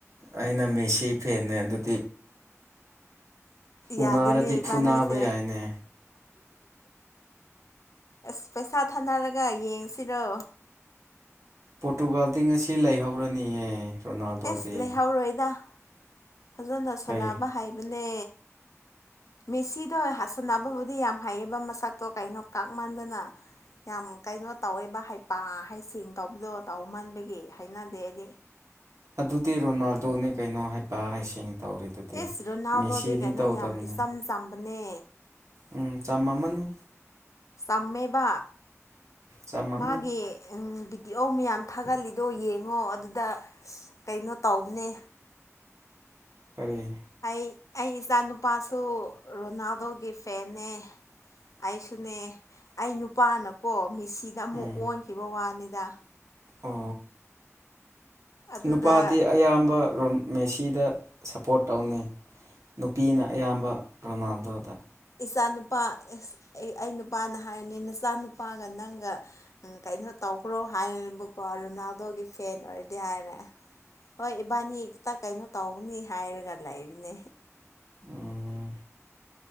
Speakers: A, on the right (about 70°); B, on the left (about 80°).
A: ꯑꯩꯅ ꯃꯦꯁꯤ ꯐꯦꯟꯅꯦ ꯑꯗꯨꯗꯤ꯫
B: ꯌꯥꯗꯦꯅꯦ
A: ꯎꯅꯥꯔꯗꯤ
B: ꯏꯕꯥꯅꯤꯁꯦ
A: ꯐꯨꯅꯕ ꯌꯥꯏꯅꯦ꯫
B: ꯑꯁ ꯄꯩꯁꯥ ꯊꯥꯅꯔꯒ ꯌꯦꯡꯁꯤꯔꯣ꯫
A: ꯄꯣꯔꯇꯨꯒꯥꯜꯗꯤ ꯉꯁꯤ ꯂꯩꯍꯧꯔꯅꯤꯌꯦ꯫ ꯔꯣꯅꯥꯜꯗꯣꯗꯤ
B: ꯑꯦꯁ ꯂꯩꯍꯧꯔꯣꯏꯗ꯫ ꯐꯖꯅ ꯁꯥꯟꯅꯕ
A: ꯀꯩ
B: ꯍꯥꯏꯕꯅꯦ꯫ ꯃꯦꯁꯤꯗꯣ ꯍꯥꯁꯟꯅꯕꯕꯨꯗꯤ ꯌꯥꯝ ꯍꯥꯏꯩꯌꯦꯕ ꯃꯁꯛꯇꯣ ꯀꯩꯅꯣ ꯀꯥꯛꯃꯟꯗꯅ꯫ ꯌꯥꯝ ꯀꯩꯅꯣ ꯇꯧꯋꯦꯕ ꯍꯩꯄꯥ ꯍꯩꯁꯤꯡ ꯇꯧꯕꯗꯣ ꯇꯧꯃꯟꯕꯒꯤ ꯍꯥꯏꯅꯗꯦ ꯑꯩꯗꯤ꯫
A: ꯑꯗꯨꯗꯤ ꯔꯣꯅꯥꯜꯗꯣꯅꯦ ꯀꯩꯅꯣ ꯍꯥꯏꯕ ꯍꯥꯏꯁꯤꯡ꯫ ꯇꯧꯔꯤ ꯑꯗꯨꯗꯤ
B: ꯏꯁ ꯔꯣꯅꯥꯜꯗꯣꯗꯤ
A: ꯃꯦꯁꯤꯗꯤ
B: ꯀꯩꯅꯣ
A: ꯇꯧꯗꯕꯅꯦ꯫
B: ꯌꯥꯝ ꯏꯆꯝ ꯆꯝꯕꯅꯦ
A: ꯎꯝ ꯆꯥꯃꯝꯃꯅꯤ꯫
B: ꯇꯝꯃꯦꯕ
A: ꯆꯥꯝꯃꯝꯅꯤ
B: ꯃꯥꯒꯤ꯫ ꯗꯤꯑꯧ ꯃꯌꯥꯝ ꯊꯥꯒꯠꯂꯤꯗꯣ ꯌꯦꯡꯉꯣ ꯑꯗꯨꯗ ꯀꯩꯅꯣ ꯇꯧꯕꯅꯦ꯫
A: <unintelligible>
B: ꯑꯩ ꯑꯩ ꯏꯆꯥ ꯅꯨꯨꯄꯥꯁꯨ ꯔꯣꯅꯥꯜꯗꯣꯒꯤ ꯐꯦꯟꯅꯦ꯫ ꯑꯩꯁꯨꯅꯦ꯫ ꯑꯩ ꯅꯨꯄꯥꯅꯀꯣ ꯃꯤꯁꯤꯗ ꯑꯃꯨꯛ
A: ꯎꯝ
B: ꯑꯣꯟꯈꯤꯕ ꯋꯥꯅꯤꯗ꯫
A: ꯑꯣ
B: ꯑꯗꯨꯗ
A: ꯅꯨꯄꯥꯗꯤ ꯑꯌꯥꯝꯕ ꯃꯦꯁꯤꯗ ꯁꯄꯣꯔꯠ ꯇꯧꯅꯤ꯫ ꯅꯨꯄꯤꯅ ꯑꯌꯥꯝꯕ ꯔꯣꯅꯥꯜꯗꯣꯗ꯫
B: ꯃꯆꯥꯅꯨꯄꯥ ꯑꯦ ꯑꯩ ꯅꯨꯄꯥꯅ ꯍꯥꯏꯔꯤꯅꯤ ꯅꯆꯥꯅꯨꯄꯥꯒ ꯅꯪꯒ ꯀꯩꯅꯣ ꯇꯧ ꯀ꯭ꯔꯣ ꯍꯥꯏꯕꯀꯣ ꯔꯣꯅꯥꯜꯗꯣꯒꯤ ꯐꯦꯟ ꯑꯣꯏꯔꯗꯤ ꯍꯥꯏꯔꯦ ꯍꯣꯏ ꯏꯕꯥꯅꯤ ꯈꯤꯇ ꯀꯩꯅꯣ ꯇꯧꯅꯤ ꯍꯥꯏꯔꯒ ꯂꯩꯕꯅꯦ꯫
A: ꯎꯝ